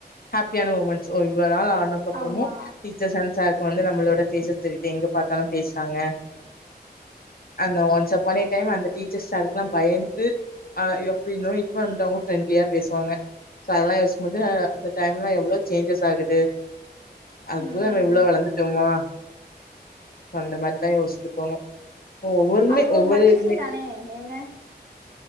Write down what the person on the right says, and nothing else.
ஆமா
ம்
அது ஒரு
மகிழ்ச்சி
தானே ஏங்க